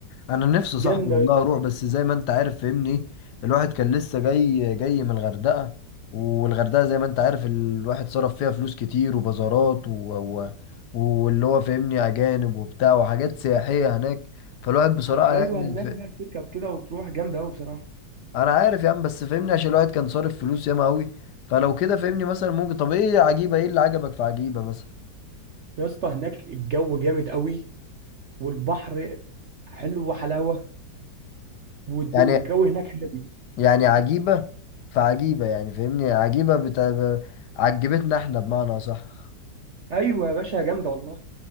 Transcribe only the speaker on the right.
جامده
ايوه
هناك
بقى تركب كده وتروح جامده قوي بصراحه
يا اسطى هناك الجو جامد قوي والبحر حلو وحلاوه والد-
والجو هناك هادي
ايوه يا باشا جامده والله